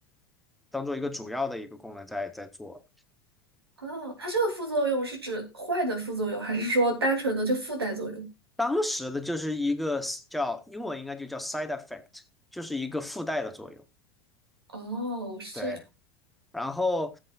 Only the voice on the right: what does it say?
哦，它这个副作用是指坏的副作用，还是说单纯的就附带作用？
哦，是这样。